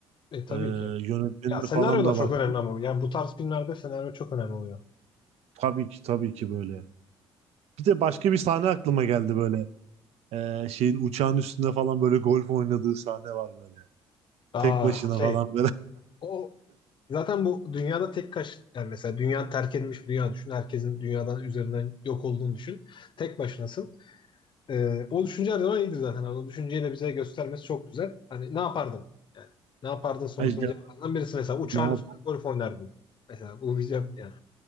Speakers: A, on the left (about 45°); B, on the right (about 70°).
A: E, tabii
B: Ee,
A: ki.
B: yönetmenine
A: Ya senaryo
B: falan
A: da
B: da
A: çok
B: baktım.
A: önemli ama. Yani bu tarz filmlerde senaryo çok önemli oluyor.
B: Tabii ki tabii ki böyle. Bir de başka bir sahne aklıma geldi böyle. Ee, şeyin uçağın üstünde falan böyle golf oynadığı sahne var böyle.
A: Aa
B: Tek başına
A: şey.
B: falan
A: O zaten bu dünyada tek kaç yani mesela dünya terk edilmiş bir dünya düşün. Herkesin dünyadan üzerinden yok olduğunu düşün. Tek başınasın. Ee, o düşünce her zaman iyidir zaten. Hani o düşünceyi de bize göstermesi çok güzel. Hani ne yapardın? Yani, ne yapardın sorusunun
B: Ay ya,
A: cevabından birisi mesela uçağın
B: ne yapalım?
A: üstünde golf oynardın. Mesela bu bir cevap yani.